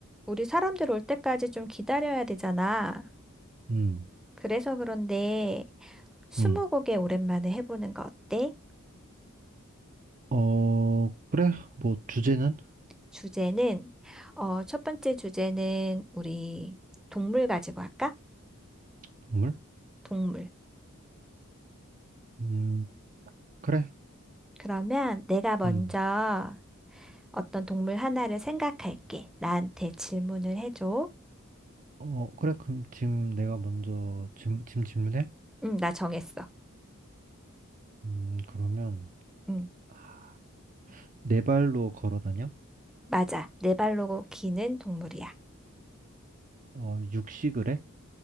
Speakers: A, in the centre; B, on the right.
A: 우리 사람들 올 때까지 좀 기다려야 되잖아.
B: 음,
A: 그래서 그런데 스무고개
B: 음.
A: 오랜만에 해보는 거 어때?
B: 어, 그래. 뭐, 주제는?
A: 주제는 어, 첫 번째 주제는 우리 동물 가지고 할까?
B: 동물?
A: 동물.
B: 음, 그래.
A: 그러면 내가 먼저
B: 음.
A: 어떤 동물 하나를 생각할게. 나한테 질문을 해줘.
B: 어, 그래. 그럼 지금 내가 먼저 지금, 지금 질문해?
A: 응, 나 정했어.
B: 음, 그러면,
A: 응,
B: 아, 네 발로 걸어 다녀?
A: 맞아. 네 발로 기는 동물이야.
B: 어, 육식을 해?